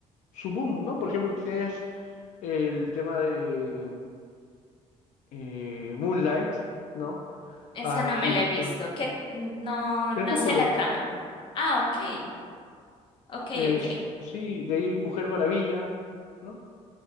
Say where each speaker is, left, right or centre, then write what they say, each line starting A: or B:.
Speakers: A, on the left; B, on the left.
A: su boom, ¿no? Por ejemplo, tienes el tema de eh, Moonlight, ¿no?
B: esa
A: Ah, has
B: no me
A: visto.
B: la he visto, que no, no
A: Crepúsculo.
B: sé la trama. Ah, ok, ok,
A: Es,
B: ok.
A: sí, de ahí Mujer Maravilla, ¿no?